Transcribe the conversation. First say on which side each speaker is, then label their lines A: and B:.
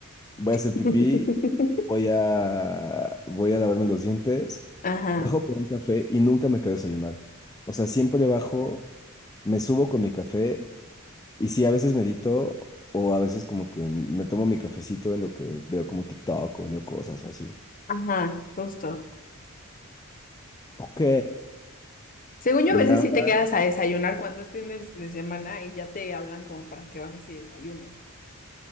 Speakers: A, on the left; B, on the left.
A: voy a
B: <laughs>
A: hacer pipí, voy a... voy a lavarme los dientes.
B: Ajá,
A: Bajo por un café y nunca me quedé a desayunar. O sea, siempre bajo, me subo con mi café y sí, a veces medito o a veces como que me tomo mi cafecito en lo que veo como TikTok o leo cosas así.
B: ajá, justo.
A: Ok.
B: Según yo,
A: Y
B: a veces
A: ahora,
B: sí te quedas a desayunar cuando es fines de semana y ya te hablan como para que bajes y desayunes.